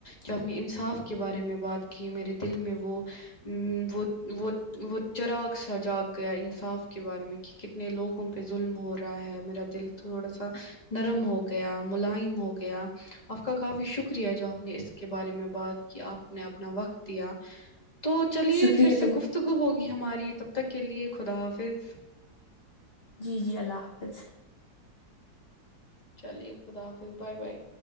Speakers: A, on the left; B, on the left.
A: جو اپنے انصاف کے بارے میں بات کی میرے دل میں وہ وہ وہ وہ چراغ سا جاگ گیا انصاف کے بارے میں کی کتنے لوگوں پہ ظلم ہو رہا ہے میرا دل تھوڑا سا نرم ہو گیا ملائم ہو گیا آپ کا کافی شکریہ جو آپ نے اس کے بارے میں بات کے اپنے اپنا وقت دیا تو چلیے
B: شکریہ
A: پھر سے
B: تم
A: گفتگو ہوگی ہماری تب تک کے لیے خدا حافظ
B: جی جی اللہ حافظ
A: چلیے خدا حافظ بائے بائے